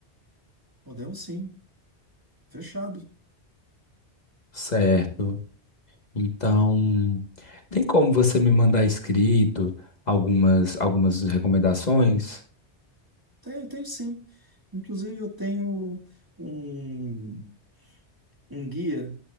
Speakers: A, on the right; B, on the left.
A: podemos sim. Fechado.
B: Certo. Então, tem como você me mandar escrito algumas, algumas recomendações?
A: Tenho, tenho sim. Inclusive, eu tenho um. um guia,